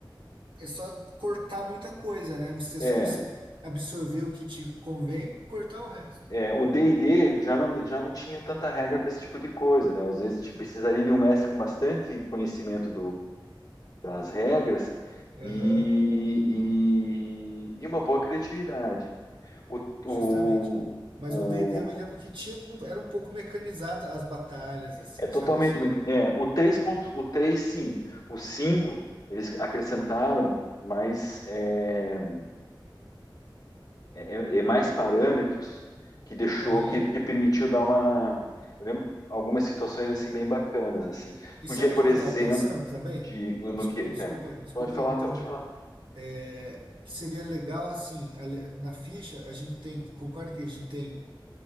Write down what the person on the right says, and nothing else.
é só cortar muita coisa, né? Você,
só você absorver o que te convém, cortar o resto.
Aham,
justamente. Mas
o D&D eu me lembro que tinha, um- era um pouco mecanizado as batalhas, assim,
sabe assim?
Aham.
E
sabe
o que que
eu estava pensando também?
Des-
Desculpa,
desculpa
interromper.
É, que seria legal, assim, ale- na ficha, a gente tem, concorda que a gente tem